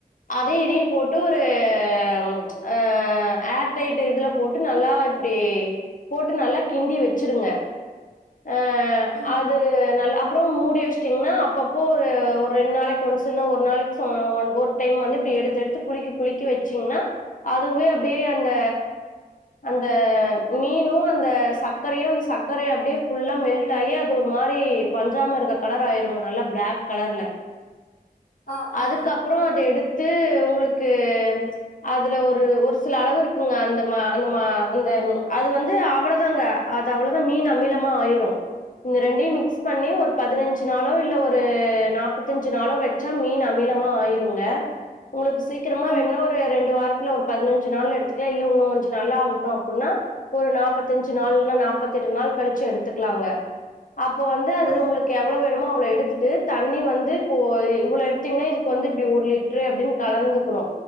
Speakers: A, on the left (about 55°); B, on the left (about 85°).
A: அதையு இதையும் போட்டு ஒரு ம் அ ஏர்டைட் இதுலப் போட்டு நல்லா இப்டி போட்டு நல்லா கிண்டி வெச்சிருங்க ஆ அ
B: ம்
A: அது நல்ல அப்புறோ மூடி வெச்ட்டீங்னா அப்பப்போ ஒரு ஒரு ரெண் நாளைக்கு ஒன்ஸ் இல்னா ஒரு நாளைக் சோ ஒன் ஒரு டைம் வந்து இப்டி எடுத்து எடுத்து குலுக்க குலுக்கி வெச்சீங்னா அதுவே அப்டியே அந்த அந்த மீனு அந்த சர்க்கரையு அந்த சர்க்கரே அப்டியேப் ஃபுல்லா மெல்ட்டாகி அது ஒரு மாரி பஞ்சாமிருதக் கலராயிருங்க நல்லாப் பிளாக் கலர்ல
B: ஆ
A: அதுக்கப்றோ
B: ஆ
A: அத எடுத்து உங்ளுக்கு அதுல ஒரு ஒரு சில அளவு இருக்குங்க அந்த மா அந்த மா அந்தம் அது வந்து அவளதாங்க அது அவ்ளதா மீன் அமிலமா ஆயிரு இந்த ரெண்டையு மிக்ஸ் பண்ணி ஒருப் பதுனஞ்சு நாளோ இல்ல ஒரு நாப்பத்தஞ்சு நாளோ வெச் ச மீன் அமிலமா ஆயிருங்க உங்களுக்கு சீக்கிரமா
B: ஆ
A: வேண்ணா ஒரு ரெண்டு வாரத் துல ஒருப் பதுனஞ்சு நாள்ல எடுத்துக்லா இல்ல இன்னு கொஞ்சோ நல்லாகட்டு அப்புட்ன்னா ஒரு நாப்பத்தஞ்சு நாள் இல்னா நாப்பத்தெட்டு நாள் கழிச்சு எடுத்துக்லாங்க அப்போ வந்து அதுல
B: ஓ
A: உங்ளுக் கெவ்ளோ வேணுமோ அவ்ளோ எடுத்துட்டு தண்ணி வந்து இப்போ இவ்ளோ எடுத்தீங்னா இதுக்கு வந்து இப்டி ஒரு லிட் ட்ரு அப்டின் கலந்துகுனு